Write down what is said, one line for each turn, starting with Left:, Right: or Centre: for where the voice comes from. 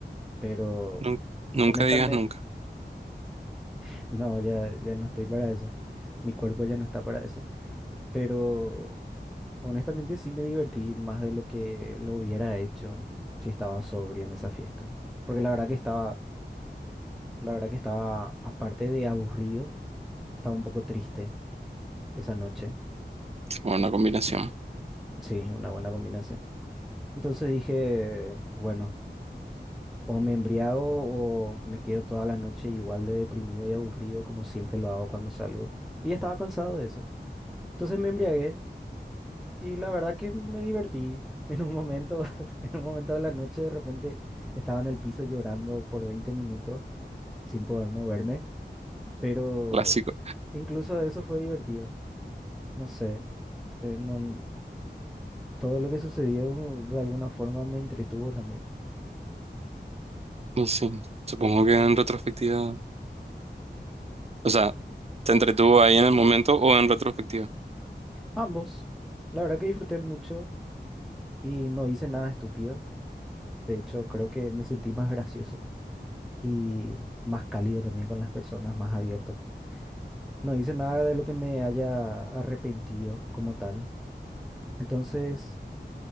Centre: pero
Right: Nun- Nunca,
Centre: honestamente,
Right: digas nunca.
Centre: <laughs> no, ya, ya no estoy para eso. Mi cuerpo ya no está para eso. Pero honestamente sí me divertí más de lo que lo hubiera hecho si estaba sobrio en esa fiesta. Porque la verdad que estaba, la verdad que estaba, aparte de aburrido, estaba un poco triste esa noche.
Right: Buena combinación.
Centre: Sí, una buena combinación. Entonces dije, bueno. O me embriago o me quedo toda la noche igual de deprimido y aburrido como siempre lo hago cuando salgo. Y ya estaba cansado de eso. Entonces me embriagué y la verdad que me divertí. <laughs> En un momento, <laughs> en un momento de la noche de repente estaba en el piso llorando por 20 minutos sin poder moverme, pero
Right: Clásico.
Centre: incluso eso fue divertido. No sé, eh, no- todo lo que sucedió de alguna forma me entretuvo también.
Right: Y sí, supongo que en retrospectiva, o sea, ¿te entretuvo ahí en el momento o en retrospectiva?
Centre: Ambos, la verdad que disfruté mucho y no hice nada estúpido. De hecho, creo que me sentí más gracioso y más cálido también con las personas, más abierto. No hice nada de lo que me haya arrepentido como tal. Entonces,